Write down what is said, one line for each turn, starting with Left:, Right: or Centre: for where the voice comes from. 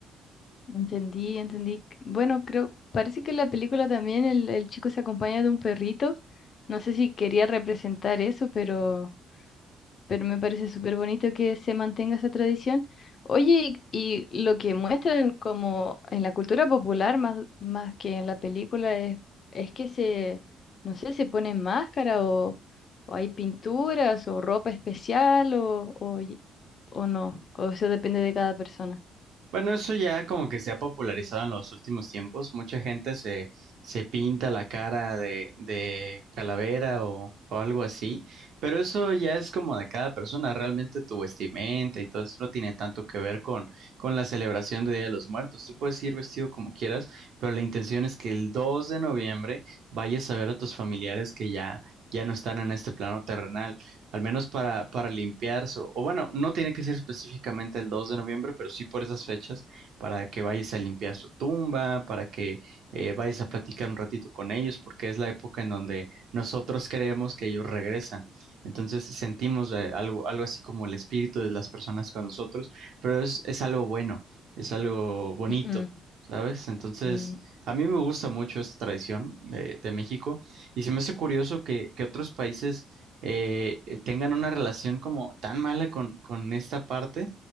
Left: Entendí, entendí. Bueno, creo, parece que en la película también el, el chico se acompaña de un perrito. No sé si quería representar eso, pero pero me parece súper bonito que se mantenga esa tradición. Oye, y, y lo que muestran como en la cultura popular más, más que en la película es, es que se, no sé, se ponen máscara o, o hay pinturas o ropa especial o, o, y- o no, o eso depende de cada persona.
Right: Bueno, eso ya como que se ha popularizado en los últimos tiempos. Mucha gente se, se pinta la cara de, de calavera o, o algo así, pero eso ya es como de cada persona. Realmente tu vestimenta y todo eso no tiene tanto que ver con, con la celebración de Día de los Muertos. Tú puedes ir vestido como quieras, pero la intención es que el 2 de noviembre vayas a ver a tus familiares que ya, ya no están en este plano terrenal. al menos para, para limpiarse, o bueno, no tiene que ser específicamente el 2 de noviembre, pero sí por esas fechas, para que vayas a limpiar su tumba, para que eh, vayas a platicar un ratito con ellos, porque es la época en donde nosotros creemos que ellos regresan. Entonces sentimos eh,
Left: Sí.
Right: algo, algo así como el espíritu de las personas con nosotros, pero es, es algo bueno, es algo bonito,
Left: Ujú.
Right: ¿sabes? Entonces...
Left: Mm.
Right: A mí me gusta mucho esta tradición de, de México y se me hace curioso que, que otros países eh, eh, tengan una relación como tan mala con, con esta parte